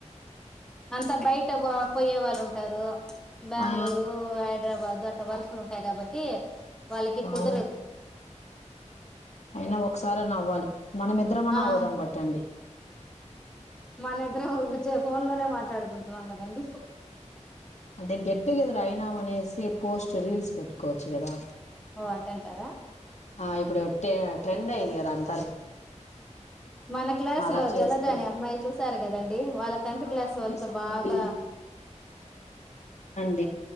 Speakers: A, in the centre; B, on the left.
A: అంత బయట పో పోయే వాళ్ళు ఉంటారు బెంగళూరు
B: ఆ
A: హైదరాబాద్ వర్క్లు ఉంటాయి కాబట్టి. వాళ్ళకి
B: అవును
A: కుదరదు.
B: అయినా ఒకసారిన్న అవ్వాలి. మనమిద్దరమన్నా
A: అవును
B: అవుదాం పట్టండి
A: మనద్ద్రం ఫోన్ లోనే మాట్లాడు ఉంటారంగబండి.
B: అంటే గెట్టుగెదర్ అయినాం అనేసి పోస్ట్ రీల్స్ పెట్టుకోవచ్చు కదా.
A: ఓ అంటంటారా.
B: ఆ ఇప్పుడు టె ట్రెండ్. అంటే ఏం లేదు కాదాని.
A: మన క్లాసు లో
B: అలా చేసుకోవచ్చు
A: జలజాని అమ్మాయి చూసారు కదండి వాళ్ళ టెన్త్
B: ఆ
A: క్లాస్ వాళ్ళతో
B: చూసామండి
A: బాగా.
B: అ